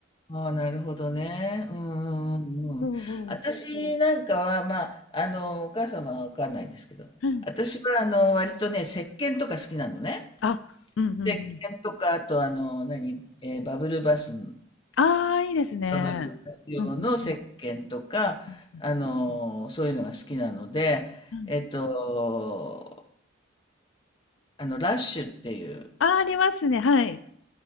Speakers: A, on the left; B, on the left.
A: ああ、なるほどね。うんうんうんうん。
B: うんうん。
A: 私なんかは、まあ、あの、お母様はわかんないんですけど、
B: うん
A: 私は、あの、割とね、石鹸とか好きなのね。
B: あ、うんうんうん。
A: 石鹸とか、あとあの、何、えーバブルバス、
B: ああ、いいですね。
A: バブルバス用の石鹸とか、
B: うんうんうん。うん
A: あの、そういうのが好きなので、
B: うん
A: えっと、あの、ラッシュっていう、
B: あ、ありますね。はい。